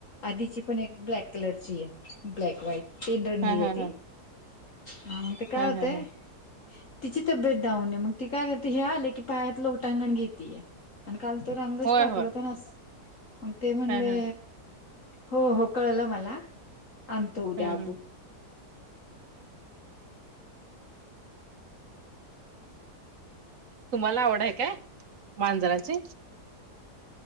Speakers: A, on the left (about 50°); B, on the right (about 55°).
A: आधीची पण एक ब्लॅक कलर ची आहे ब्लॅक व्हाईट. तीन रंगीेत.
B: हा हा हा
A: हा मग ते काय
B: हा
A: होतय
B: हा हा
A: तिची तब्येत डाऊन आहे मग ती काय करते हे आले की. पायात लोटांगण घेतीय. आणि काल तर अंगच
B: होय
A: टाकल
B: होय
A: होत ना असं मंग ते म्हणले
B: हा हा
A: हो हो कळलं मला आणतो उदया
B: ह
A: आबू
B: ह तुम्हाला आवड हाय काय मांजराची.